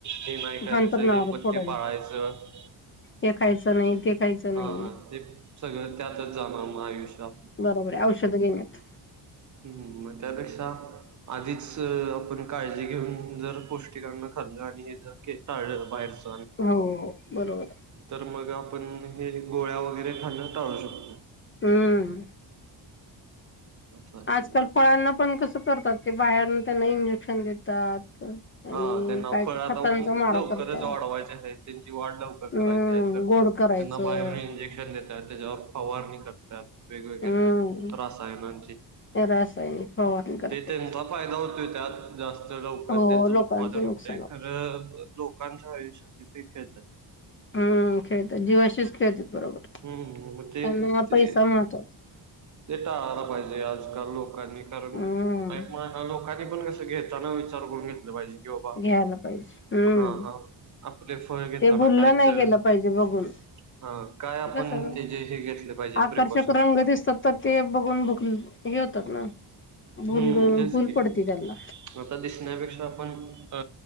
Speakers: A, on the right; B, on the left.
A: हे नाही करायचं
B: अंथरुणावर
A: हे पत्े
B: पडून
A: पाळायचं
B: हे खायचं नाही. ते खायचं नाही
A: हा ते सगळं त्यातच जाणार मग आयुष्या
B: बरोबर आहे औषधं घेण्यात
A: हम् हम् म त्यापेक्षा आधीच आपण काळजी घेऊन जर पौष्टिकांना खाल्लं आणि हे जर टाळलं बाहेरच
B: हो बरोबर
A: तर मग आपण हे गोळ्या वगैरे खाणं टाळू शकतो.
B: हम्म
A: असं आहे
B: आजकाल फळांना पण कसं करतात ते बाहेर त्यांना इंजेक्शन देतात. आणि
A: हा त्यांना
B: काय
A: फळ
B: काय
A: आता
B: खतांचा मारा
A: लवकरच
B: करतात
A: वाढवायचे आहे. त्यांची वाढ लवकर करायची
B: हम्म
A: आहे तर त्यांना
B: गोड करायचं
A: बाहेर इंजेक्शन देतात. त्याच्यावर फवारणी करतात. वेगवेगळ्या
B: हम्म
A: त्रास आहेची
B: रासायनिक फवारणी करतात
A: ते तेंत फायदा होतोय त्यात जास्त लवकर
B: हो
A: त्यांचं
B: लोकांचं
A: उत्पादन होतंय
B: नुकसान होत
A: ख लोकांच्या आयुष्याचे ते खेळतात
B: हम्म खेळतात जीव अशीच खेळते बरोबर
A: हम्म म
B: त्यांना
A: ते ते
B: पैसा महत्वाचा
A: ते टाळायला पाहिजे आजकाल लोकांनी कारण
B: हम्म
A: ऐ म लोकां पण कसं घेताना विचार करून घेतलं पाहिजे बाबा
B: घ्यायला पाहिजे हम्म
A: हा हा आपले फळ घताना
B: ते भुललं
A: कायच
B: नाही
A: काय
B: गेलं पाहिजे बघून
A: काय आपण
B: ते कसं
A: ते जे हे घेतले पाहिजे
B: आकर्षक
A: प्रिकॉशन्स
B: रंग
A: म
B: दिसतात तर ते बघून भुक हे होतात ना भल
A: हम्म तेच
B: भूल
A: की
B: पडती त्यांना
A: आता दिसण्यापेक्षा आपण अ